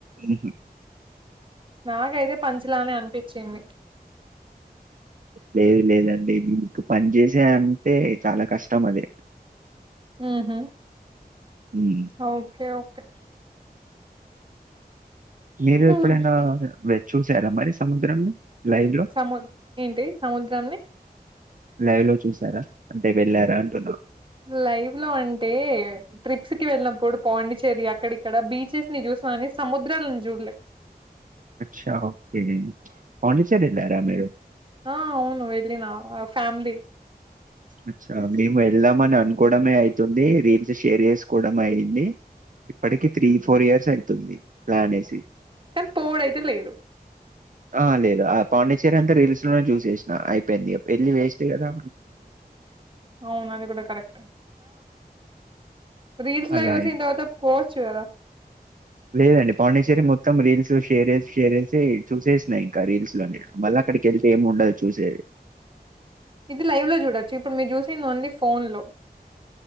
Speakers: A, on the right; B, on the right.
A: ఉహు
B: నాకైతే పంచ్ లానే అనిపించింది
A: లేదు లేదండి మీకు పంచ్ చేసే అంటే చాలా కష్టం అది
B: అహుమ్
A: ఉమ్.
B: ఓకే ఓకే కే
A: మీరు
B: హ్మ్.
A: ఎప్పుడైనా వె చూసారా మరి సముద్రంని లైవ్ లో
B: సము ఏంటి సముద్రాన్ని
A: లైవ్ లో చూసారా అంటే వెళ్ళారా అంటున్నా
B: లైవ్ లో అంటే ట్రిప్స్ కి వెళ్ళినప్పుడు పాండిచేరి అక్కడిక్కడ బీచెస్ ని చూసని సముద్రాలను చూడలే
A: అచ్చ ఓకే పోండిచేరిల రా మీరు
B: ఆ! అవును వెళ్ళిన ఆహ్, ఫ్యామిలీ.
A: అచ్చ డ్రీ వెళ్దామని అనుకోవడమే అవుతుంది రీల్స్ షేర్ చేసుకోవడంమ అయింది ఇప్పటికి త్రీ ఫోర్ ఇయర్స్ అయితుంది ప్లాన్ వేసి
B: కానీ పోడయితే లేదు
A: ఆ లేదు ఆ పాండచేరి అంతా రీల్స్ లోనే చూసేసినా అయిపోయింది పెళ్ళి చె తే కాదా
B: అవును అది కూడా కరెక్ట్ రీల్స్ లో
A: అలా
B: యూస్ందతే
A: అయింది
B: పోస్ట్ వ
A: లేదండి పాండిచ్చేరి మొత్తం రీల్స్ షేర్ షేర్ చేేసి చూసేసినాయి ఇంకా రీల్స్ లోని మళ్ళీ అక్కడికి వెళ్తే ఏం ఉండదు చూసేది
B: ఇది లైవ్ లో చూడొచ్చు ఇప్పుడు మీరు చూసింది ఓన్లీ ఫోన్ లో